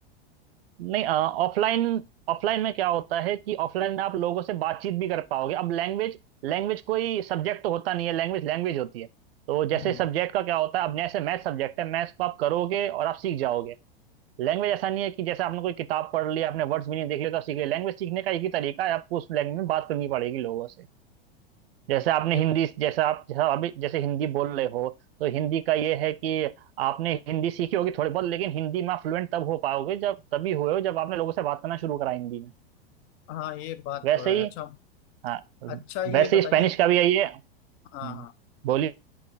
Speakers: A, on the right; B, on the left.
A: नहीं ऑफलाइन ऑफलाइन में क्या होता है कि ऑफलाइन में आप लोगों से बातचीत भी कर पाओगे अब लैंग्वेज लैंग्वेज कोई सब्जेक्ट तो होता नहीं है लैंग्वेज लैंग्वेज होती है तो
B: हम्म।
A: जैसे सब्जेक्ट का क्या होता है अब जैसे मैथ सब्जेक्ट है मैथ्स को आप करोगे और आप सीख जाओगे लैंग्वेज ऐसा नहीं है कि जैसे आपने कोई किताब पढ़ ली आपने वर्ड्स भी नहीं देख लिया तो आप सीख लिया लैंग्वेज सीखने का एक ही तरीका है आपको उस लैंग्वेज में बात करनी पड़ेगी लोगों से जैसे आपने
B: ये-
A: हिंदी जैसा आप जैसा अभी जैसे हिंदी बोल रहे हो तो हिंदी का ये है कि आपने हिंदी सीखी होगी थोड़ी बहुत लेकिन हिंदी में आप फ्लुएंट तब हो पाओगे जब तभी हुए हो जब आपने लोगों से बात करना शुरू करा हिंदी में
B: हाँ ये बात
A: वैसे
B: तो है
A: ही
B: अच्छा
A: हाँ
B: अच्छा ये
A: वैसे ही
B: बताइए
A: स्पेनिश का भी यही है हम्म,
B: हाँ हाँ
A: बोलिए